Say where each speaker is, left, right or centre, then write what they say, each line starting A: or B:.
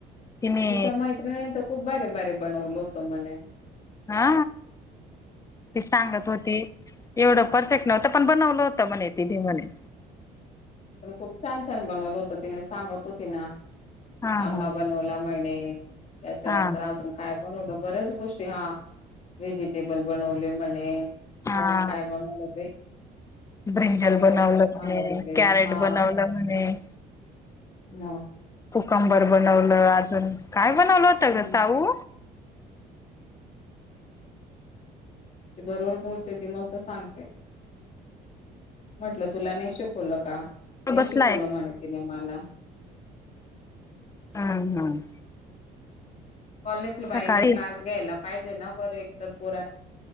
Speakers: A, on the left; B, on the left.
A: तिने
B: तिच्या मैत्रीणी तर खूप बारी बारी बनवलो होतो मने..
A: हा तेी सांगत होती एवढं परफेक्ट नव्हतं पण बनवलं होत म्हणे तिथी म्हणे.
B: पण खूप छान छान बनवलं होतं तिने सांगत हो तिना
A: हा
B: आंबा
A: हा
B: बनवला म्हणे. त्याच्यानंतर
A: हा
B: आज. काय बनवलं बऱ्याच गोष्टी हा व्हेजिटेबल बनवले म्हणे.
A: हा
B: अजून काय बनलं बाई.
A: ब्रिंजल
B: बरंच
A: बनवलं
B: काय सांगत
A: म्हणे
B: होते
A: कॅरेट
B: हा
A: बनवलं म्हणे.
B: मग
A: पूकंबर बनवलं अजून काय बनवलं होत
B: हं.
A: ग साऊ.
B: ते बरोबर बोलते तेी मस् सांगते. म्हटलं तुला नाही शिकवलं का. नाही
A: बसलाय
B: शिकवलं म्हण त नाही मला.
A: हम्म हम्म
B: कॉलेजला
A: सकाळी
B: बाईने क्लास घ्यायला पाहिजे ना बरं एक तर पुर.